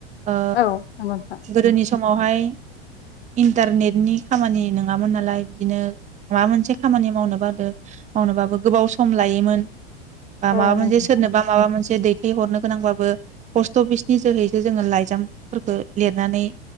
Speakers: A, on the right (about 25°); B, on the left (about 75°).
A: ओ
B: औ नंगौ नोंथां
A: गोदोनि स मावहाय इन्टारनेटनि खामानि नङामोन नालाय बिदिनो माबा मोनसे खामानि मावनो बादो मावनोबाबो गोबाव सम लायोमोन। बा
B: औ
A: मा बा मोनसे
B: नंगौ नोंथां
A: सोरनोबा माबा मोनसे दै थाय हरनो गोनांब्लाबो पस्ट अफिसनि जोहैसो जोंङो लाइजाम फोरखो लिरनानै